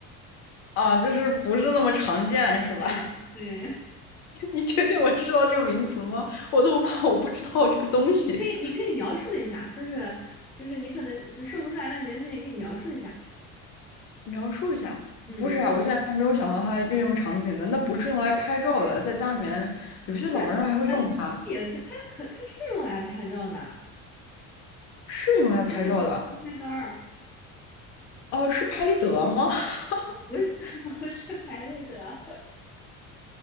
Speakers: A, on the left (about 55°); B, in the centre.
A: <laughs> 啊，就是不是那么常见，是吧？
B: 对对，
A: <laughs> 你确定我知道这个名词吗？我都怕我不知道这个东西。
B: 你可以你可以描述一下，就是就是你可能是说不出来那个名字，你可以描述一下，
A: 描述一下，
B: 嗯，
A: 不是啊，我现在还没有想到它运用场景呢。那不是用来拍照的，在家里面有些老人还会用它，
B: 不是，它也可它可它是用来拍照的啊
A: 是用来拍照的。
B: 但它不是自拍杆儿，
A: 哦、是拍立得吗？<laughs>
B: 不是 <laughs> 不是拍立得，